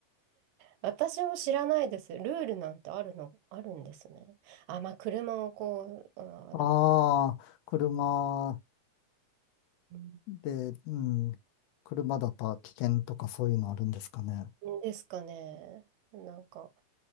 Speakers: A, on the right (about 80°); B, on the left (about 80°).
A: 私も知らないです。ルールなんてあるの、あるんですね。あ、まあ、車をこう、あー、でも、
B: ああ、車
A: うん
B: で、うん。車だと危険とかそういうのあるんですかね。
A: ですかね。なんか、